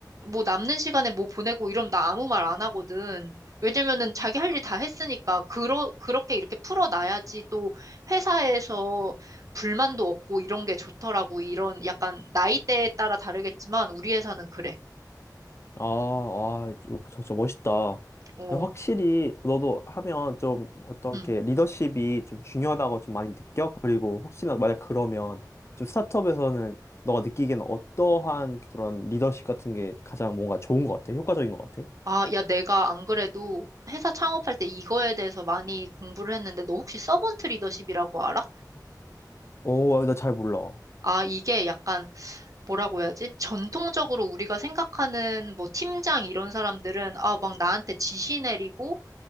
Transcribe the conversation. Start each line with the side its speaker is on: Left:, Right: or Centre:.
Right: 뭐 남는 시간에 뭐 보내고 이러면 나 아무 말 안 하거든. 왜냐면은 자기 할 일 다 했으니까 그러, 그렇게 이렇게 풀어놔야지 또 회사에서 불만도 없고 이런 게 좋더라고. 이런 약간 나이대에 따라 다르겠지만 우리 회사는 그래.
Left: 아, 아, 저, 저 멋있다.
Right: 어.
Left: 확실히 너도 하면 좀 어떻게
Right: 음.
Left: 리더십이 좀 중요하다고 좀 많이 느껴? 그리고 혹시나 만약 그러면 좀 스타트업에서는 너가 느끼기에는 어떠한 그런 리더십 같은 게 가장 뭔가 좋은 것 같아? 효과적인 것 같아?
Right: 아, 야, 내가 안 그래도 회사 창업할 때 이거에 대해서 많이 공부를 했는데, 너 혹시 서번트 리더십이라고 알아?
Left: 오, 나 잘 몰라.
Right: 아, 이게 약간 뭐라고 해야지? 전통적으로 우리가 생각하는 뭐 팀장 이런 사람들은, 아, 막 나한테 지시 내리고,